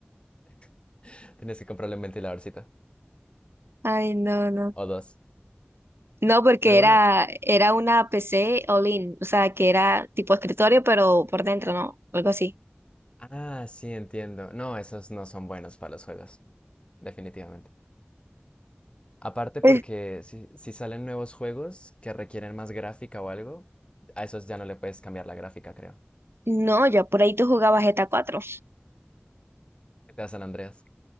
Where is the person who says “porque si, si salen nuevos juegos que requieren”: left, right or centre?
Left